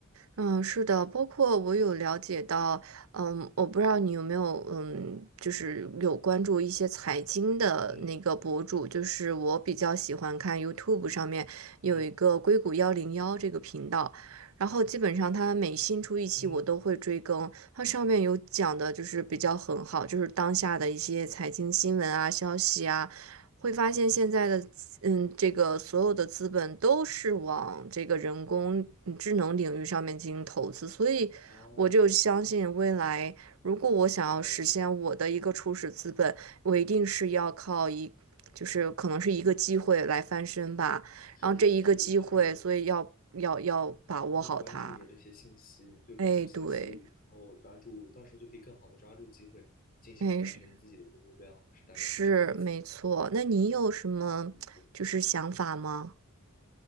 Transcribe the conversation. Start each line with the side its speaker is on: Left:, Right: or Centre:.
Right: 嗯，是的，包括我有了解到，嗯，我不知道你有没有，嗯，就是有关注一些财经的那个博主，
Left: 嗯
Right: 就是我比较喜欢看 YouTube 上面有一个硅谷幺零幺这个频道，
Left: 嗯
Right: 然后基本上它每新出一期我都会追更，
Left: 嗯，
Right: 它上面有讲的就是比较很好，就是当下的一些财经新闻啊、消息啊。会发现现在的资嗯，这个所有的资本都是往这个人工嗯智能领域上面进行投资，所以我就相信未来，
Left: 哦，
Right: 如果我想要实现我的一个初始资本，
Left: 了解。
Right: 我一定是要靠一，就是可能是一个机会来翻身吧，
Left: 是是，
Right: 然后这一个机会，
Left: 就是
Right: 所以要要要把握好它。
Left: 时刻关注着这些信息，对，关注信息，
Right: 哎，对，
Left: 然后抓住，到时候就可以更好的抓住机会，进行完成自己的一个目标，
Right: 哎，是
Left: 是大概是这样子。
Right: 是没错。那你有什么就是想法吗？
Left: 哦，理解。